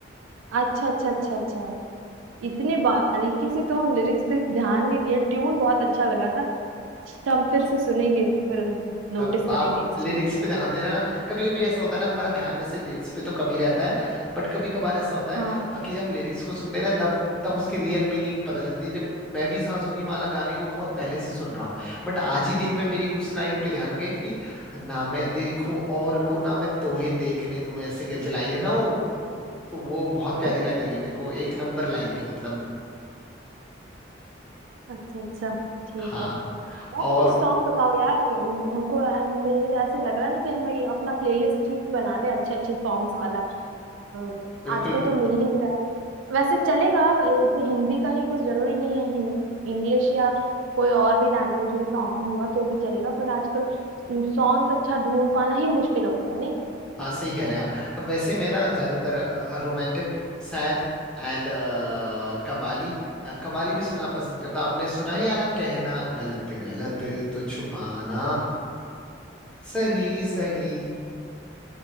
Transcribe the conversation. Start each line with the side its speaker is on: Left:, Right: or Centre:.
Right: अच्छा अच्छा अच्छा अच्छा इतने बारीकी से तो हम लिरिक्स पे ध्यान नहीं दिए ट्यून बहुत अच्छा लगा था अच्छा, हम फिर से सुनेंगे तो फिर हम नोटिस
Centre: अब आप
Right: करेंगे इस
Centre: लिरिक्स
Right: चीज को
Centre: पे ध्यान देना ना कभी कभी ऐसा होता है ना हमारा ध्यान वैसे लिरिक्स पे तो कम ही रहता है बट कभी कभार ऐसा होता है
Right: हाँ
Centre: अ, कि जब हम लिरिक्स को सुनते हैं ना तब तब उसकी रियल मीनिंग पता चलती है जब मैं भी सांसों की माला गाने को बहुत पहले से सुन रहा हूँ बट आज ही दिन में मेरी उस लाइन पे ध्यान गया कि ना मैं देखूं और को ना मैं तोहे देखने दूं ऐसे करके लाइन है ना वो तो वो बहुत प्यारी
Right: अच्छा
Centre: लाइन लगी मेरे को एक नंबर लाइन थी मतलब
Right: अच्छा अच्छा, ठीक
Centre: हाँ
Right: है और
Centre: और
Right: कुछ सॉन्ग बताओ यार हमको हमें ऐसे लग रहा है ना कि हमें ये अपना प्लेलिस्ट ही बना ले अच्छे अच्छे सॉन्ग्स वाला अ,
Centre: बिल्कुल
Right: आजकल तो
Centre: बिल्कुल
Right: मिल ही नहीं वैसे चलेगा जैसे हिंदी का ही कोई जरूरी नहीं है हिं- इंग्लिश या कोई और भी लैंग्वेज में सॉन्ग होगा तो भी चलेगा पर आजकल सॉन्ग्स अच्छा ढूंढ पाना ही मुश्किल हो गया नहीं
Centre: हाँ सही कह रहे हैं आप अब वैसे मैं ना ज्यादातर रोमांटिक सैड एंड कवाली अ, कवाली भी सुनना पसंद करता हूं। आपने सुना है याला कहना गलत गलत तो छुपाना सही सही